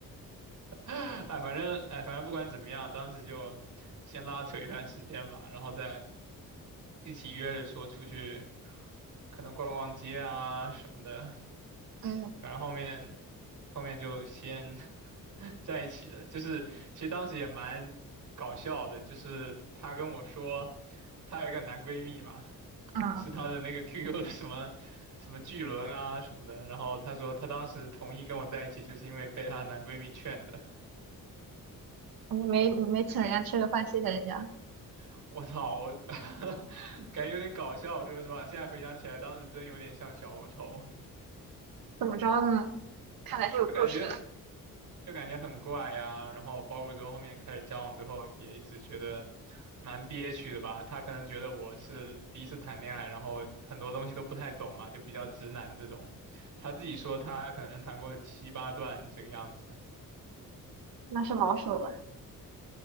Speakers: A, on the right; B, on the right.
A: <laughs> 哎，反正哎，反正不管怎么样，当时就先拉扯一段时间嘛，然后再一起约着说出去，可能逛逛街啊什么的。
B: 嗯。
A: 反正后面后面就先 <laughs> 在一起了，就是其实当时也蛮搞笑的，就是她跟我说她有一个男闺蜜嘛，
B: 啊。
A: 是他的那个 QQ 的什么什么巨轮啊什么的，然后她说她当时同意跟我在一起，就是因为被她的男闺蜜劝的。
B: 你没你没请人家吃个饭，谢谢人家，
A: <laughs> 我操，我 <laughs> 感觉有点搞笑，说实话，现在回想起来，当时真有点像小丑，
B: 怎么着呢？看来是有故事的，
A: 就感觉就感觉很怪啊。然后包括说后面开始交往之后，也一直觉得蛮憋屈的吧。他可能觉得我是第一次谈恋爱，然后很多东西都不太懂嘛，就比较直男这种。他自己说他可能谈过七八段这个样子。
B: 那是老手了。